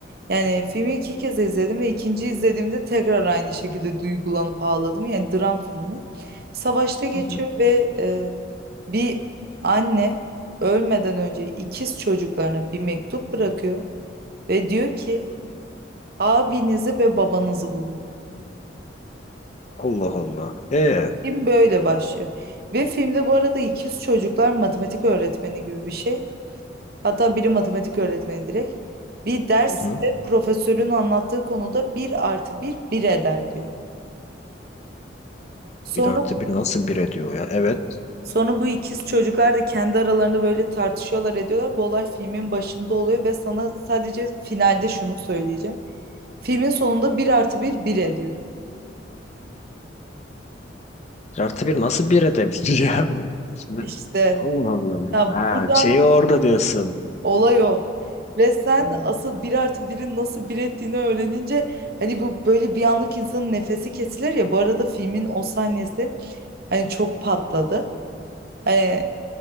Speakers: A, on the right (about 50°); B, on the left (about 35°).
A: Yani filmi iki kez izledim ve ikinci izlediğimde tekrar aynı şekilde duygulanıp ağladım. Yani dram filmi. Savaşta geçiyor
B: Hı hı.
A: ve e, bir anne ölmeden önce ikiz çocuklarına bir mektup bırakıyor ve diyor ki abinizi ve babanızı bulun.
B: Allah Allah. E,
A: Film böyle başlıyor. Ve filmde bu arada ikiz çocuklar matematik öğretmeni gibi bir şey. Hatta biri matematik öğretmeni direkt. Bir derste
B: hı. hı.
A: profesörün anlattığı konuda bir artı bir bir eder diyor. Sonra
B: Bir artı bir nasıl bir ediyor ya? Evet.
A: sonra bu ikiz çocuklar da kendi aralarında böyle tartışıyorlar ediyorlar. Bu olay filmin başında oluyor ve sana sadece finalde şunu söyleyeceğim. Filmin sonunda bir artı bir bir ediyor.
B: Bir artı bir nasıl bir edebilir <laughs> ya? Şimdi
A: İşte
B: Allah Allah.
A: ya
B: Ha,
A: buradan
B: şeyi orada diyorsun.
A: Olay o. Ve sen
B: Ha.
A: asıl bir artı birin nasıl bir ettiğini öğrenince hani bu böyle bir anlık insanın nefesi kesilir ya. Bu arada filmin o sahnesi hani çok patladı. Ee,